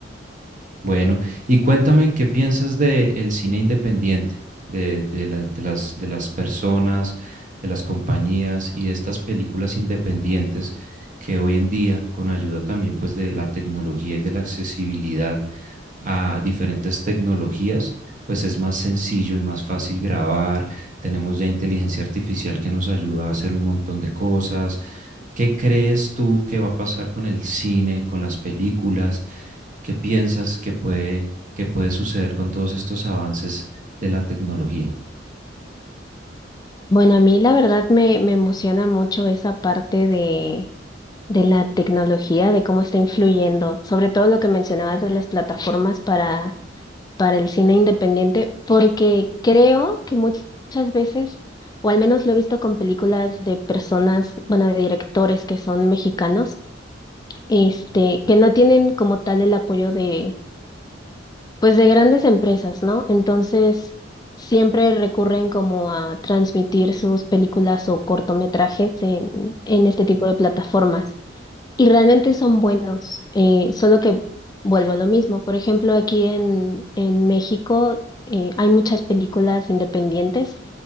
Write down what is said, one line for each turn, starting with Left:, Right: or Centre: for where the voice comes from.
Right: Bueno, y cuéntame qué piensas del cine independiente, de, de la- de las, de las personas, de las compañías y de estas películas independientes que hoy en día, con ayuda también pues de la tecnología y de la accesibilidad, a diferentes tecnologías, pues es más sencillo y más fácil grabar. Tenemos ya inteligencia artificial que nos ayuda a hacer un montón de cosas. ¿Qué crees tú que va a pasar con el cine, con las películas? ¿Qué piensas que puede, que puede suceder con todos estos avances de la tecnología?
Left: Bueno, a mí la verdad me, me emociona mucho esa parte de de la tecnología, de cómo está influyendo, sobre todo lo que mencionabas de las plataformas para, para el cine independiente, porque creo que much- muchas veces, o al menos lo he visto con películas de personas, bueno, de directores que son mexicanos, este, que no tienen como tal el apoyo de, pues de grandes empresas, ¿no? Entonces, siempre recurren como a transmitir sus películas o cortometrajes en, en este tipo de plataformas. Y realmente son buenos, eh, solo que vuelvo a lo mismo. Por ejemplo, aquí en, en México eh, hay muchas películas independientes